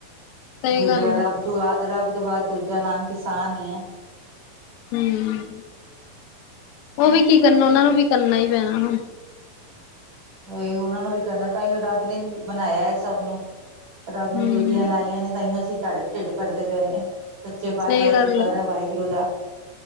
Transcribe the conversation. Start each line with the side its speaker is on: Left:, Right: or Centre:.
Left: ਸਹੀ
Right: ਦੂਜਾ
Left: ਗੱਲ ਐ।
Right: ਰੱਬ। ਤੋਂ ਬਾਦ, ਰੱਬ ਤੋ ਬਾਦ ਦੂਜਾ ਨਾਮ ਕਿਸਾਨ ਏ ਐ।
Left: ਹੂੰ ਓ ਵੀ ਕੀ ਕਰਨਾ ਓਨਾ ਨੂੰ ਵੀ ਕਰਨਾ ਈ ਪੈਣਾ ਹੁਣ।
Right: ਹਾਏ ਓਨਾ ਨੂੰ ਵੀ ਕਰਨਾ, ਤਾਂਈਂ ਓ ਰੱਬ ਨੇ ਵੀ ਬਣਾਇਆ ਏ ਸਭ ਨੂੰ। ਰੱਬ ਨੇ
Left: ਹੂੰ
Right: ਡਿਊਟੀਆਂ ਲਾਈਆਂ ਨੇ ਤਾਂਈਂ ਓ ਅਸੀ ਤਾਡੇ ਢਿੱਡ ਭਰਦੇ ਪਏ ਨੇ ‌। ਸੱਚੇ
Left: ਸਹੀ
Right: ਪਾਤਸ਼ਾਹ ਦਾ
Left: ਗੱਲ
Right: ਸ਼ੁਕਰ ਐ ਵਾਇ- ਵਿਰੋਧ ਦਾ